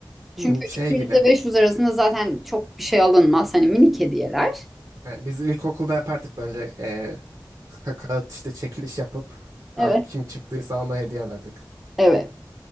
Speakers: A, in the centre; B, on the right.
A: Çünkü
B: Hmm, Şey
A: 200
B: gibi.
A: ile 500 arasında zaten çok bir şey alınmaz. Hani minik hediyeler.
B: Yani biz ilkokulda yapardık böyle ee, ka- kağıt işte çekiliş yapıp a-
A: Evet.
B: kim çıktıysa ona hediye alırdık.
A: Evet.